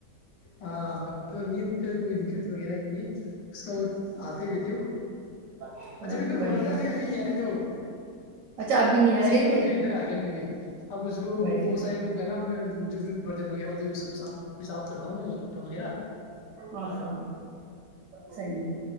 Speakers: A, on the left; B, on the right.
A: ہاں ج نی کوئی دقت وغیرہ ہے اس کا وہ آتے ہی رہتےے وہ
B: ہیں
A: اچھابھی ت
B: بڑے
A: بول رہا تھا ابھی ابھی نہیں آ رہے تھے وہ
B: اچھا آپ بھی نہیں
A: اس
B: آ
A: چکر
B: رہے
A: میں
B: تھے
A: پھر ادھر آ گیا میں بھی اب اس کو
B: بڑے
A: بہت
B: میں؟
A: ساری وہ کیا ن جو بھیوردن ہو گیا وہ سب سام میں آاب کر رہا ہوں وغیرہ میں وغیرہ
B: اچھا سی نہیں